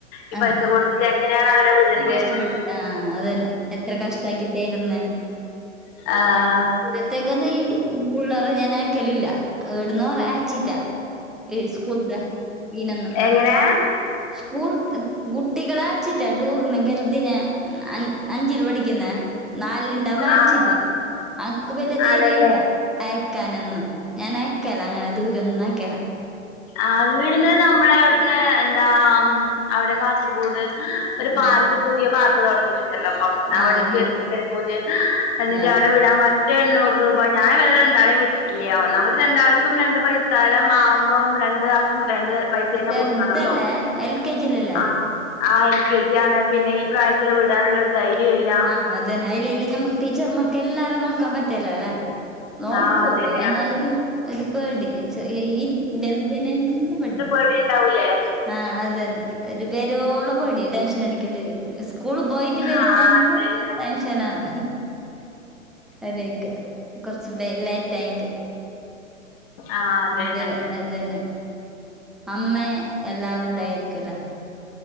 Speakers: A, on the left; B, in the centre.
A: ഈ
B: ആഹ്‌
A: പൈസ കൊടുത്തിട്ട് എങ്ങനെയാണ് അവരെ വിടണ്ടേന്ന്
B: എത്ര <unintelligible> ആ അതന്നെ എത്ര കഷ്ടാകിട്ടയിരുന്ന്
A: ആഹ്
B: ഇഴത്തേക്കൊന്നും ഈ പിള്ളേർ ഞാൻ ആക്കലില്ല വിടന്ന് ആച്ചിറ്റാ ഈ സ്കൂൾത്തെ ഇനൊന്നും.
A: എങ്ങനെ
B: സ്കൂൾ ഗുട്ടികളാച്ച്ട്ടാ ടൂറിന് ബെൽദിനെ ന അ അഞ്ചിൽ പഠിക്ക്ന്നെ ‌ നാലിണ്ടൊ <unintelligible>
A: ആഹ്
B: അനക്ക് വല്യ ധൈര്യ
A: ആണല്ലേ
B: ഇല്ല. അയ്ക്കാനൊന്നും ഞാൻ അയ്ക്കെല അങ്ങനെ ദൂരൊന്നും അയ്ക്കെല.
A: അവിട്ന്ന് നമ്മളെ അവ്ട്ന്ന് എന്താ അവ്ടെ കാസർഗോഡ് ഒര് പാർക്ക്
B: ആഹ്
A: പുതിയ പാർക്ക് തൊടങ്ങി. ട്ട്ണ്ടല്ലോപ്പം അവ്ടേക്ക്
B: ആഹ് ഇണ്ട്.
A: തൃക്കരിപൂര് എന്നിട്ട്
B: ആഹ്
A: അവ്ടെ വിടാൻ പ ര് എണ്ണൂറ് രൂപ ഞാൻ ഇവരെ രണ്ടാളെ വിട്ട്ട്ടില്ല്യ ഒന്നാമത് രണ്ടാൾക്കും രണ്ട് പൈത്താരം ആവും. പ്പം രണ്ട് ആക്കും രണ്ട് പൈസ തന്നെ
B: ചെറുതല്ലേ?
A: കൊടുക്കണല്ലോ?
B: L K ജിയിലല്ലേ?
A: ആഹ് ആ ശെരിയാണ് പിന്നെ ഈ പ്രായത്തില് വിടാന്ള്ള ഒര് ധൈര്യേംല്ല
B: ആഹ് അതന്നെ ഇല്ല ഇല്ല ഞമ്മക്ക് ടീച്ചർമാർക്ക് എല്ലാരേം നോക്കാൻ പറ്റില്ലലേ. നോക്ക്വൊ
A: ആഹ് അതന്നെയാ
B: ‌അവര് എന്നാലും ഒര്പേടി എന്ന്ച്ച ഈ ഈ ബെൽതിനന്നെ <unintelligible>
A: പേടിണ്ടാവൂലേ?
B: ആ അതന്നെ ഓര് ബെരോളം പേടിയാ ടെൻഷനടക്കണ്ടിവരും. സ്കൂള് പോയിട്ട്
A: ആഹ്
B: വര്വൊള്ളന്നെ
A: അതന്നെ
B: ടെൻഷനാണ്. അതൊയ്ക്ക കൊറച്ച് ബെ ലെറ്റായങ്കി.
A: ആഹ് അതന്നെ
B: മുഡേ അതന്നെ. അമ്മേ എല്ലാരും ഉണ്ടായിരിക്കലേ?